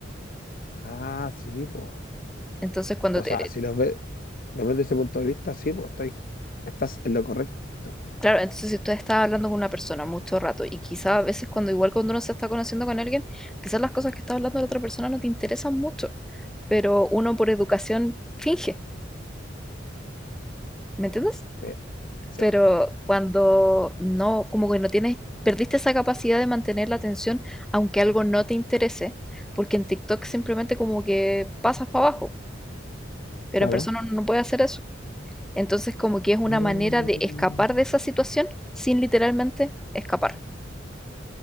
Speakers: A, on the left; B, in the centre.
A: Ah, sí, po.
B: Entonces cuando
A: O
B: te
A: sea, si lo ves, lo ves desde ese punto de vista, sí, pues estás, estás en lo correcto.
B: Claro, entonces si tú estás hablando con una persona mucho rato y quizás a veces cuando igual cuando uno se está conociendo con alguien, quizás las cosas que está hablando la otra persona no te interesan mucho, pero uno por educación finge, ¿me entiendes?
A: Sí, sí,
B: Pero cuando no, como que no tienes, perdiste esa capacidad de mantener la atención aunque algo no te interese, porque en TikTok simplemente como que pasas para abajo, pero
A: claro.
B: en persona uno no puede hacer eso. Entonces como que es una
A: Mm.
B: manera de escapar de esa situación sin literalmente escapar.